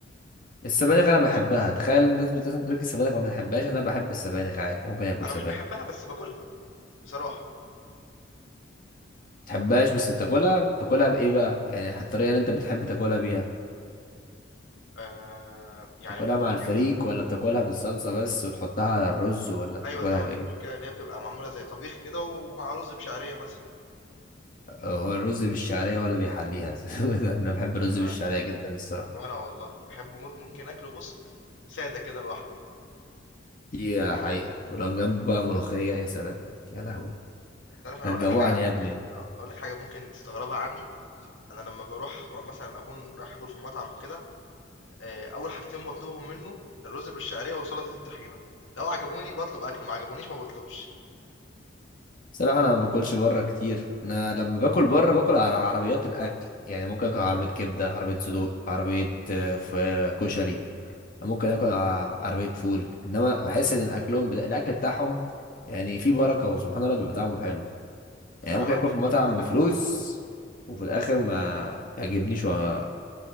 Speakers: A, on the left (about 45°); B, on the left (about 80°).
A: السبانخ انا بحبها تخيل إن الناس بتقول لك السبانخ ما بتحبهاش انا بحب السبانخ عادي ممكن اكل
B: أنا
A: سبانخ
B: مش باحبها
A: ما
B: بس باكلها بصراحة،
A: بتحبهاش بس بتاكلها تاكلها بايه بقى يعني الطريقة اللي انت بتحب تاكلها بيها
B: آآ يعني
A: تاكلها
B: اللي
A: مع الفريك
B: هي بتبقى
A: ولا بتاكلها بالصلصة بس وتحطها على الرز ولا بتاكلها
B: أيوه زي ما
A: بايه
B: أنت بتقول كده، اللي هي بتبقى معمولة زي طبيخ كده ومع رز بشعرية مثلًا،
A: هو الرز بالشعرية ولا بيحليها <laughs> انا بحب الرز
B: أنا
A: بالشعرية جدا الصراحة
B: وأنا والله باحبه م ممكن آكله بُص سادة كده لوحده،
A: دي حقيقة ولو جنبه بقى ملوخية يا سلام يا لهوي
B: أنت عارف أنا
A: هتجوعني
B: هاقول لك حاجة ممكن
A: يا ابني
B: هاقول لك حاجة ممكن تستغربها عني؟ انا لما بروح مثلا اكون رايح اكل في مطعم وكده آه، اول حاجتين بطلبهم منه الرز بالشعريه وسلطه الطحينه لو عجبوني بطلب اكل ما عجبونيش ما بطلبش
A: صراحة أنا ما باكلش بره كتير أنا لما باكل بره باكل على عربيات الأكل يعني ممكن آكل عربية كبدة عربية صدوق عربية آه، ف- كشري ممكن آكل ع- عربية فول إنما بحس إن أكلهم بتا- الأكل بتاعهم يعني فيه بركة وسبحان الله بيبقى طعمه حلو يعني
B: انا
A: ممكن
B: معاك
A: آكل
B: في
A: في مطعم
B: كل الكلام
A: بفلوس
B: ده
A: وفي الآخر ما يعجبنيش وبحس